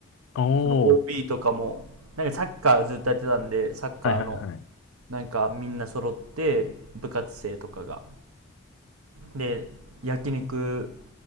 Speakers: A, on the left (about 65°); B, on the right (about 85°).
A: おー。
B: その OB とかも。なんかサッカーずっとやってたんで、サッカーの、
A: はいはいはい。
B: なんかみんな揃って、部活生とかが。で、焼肉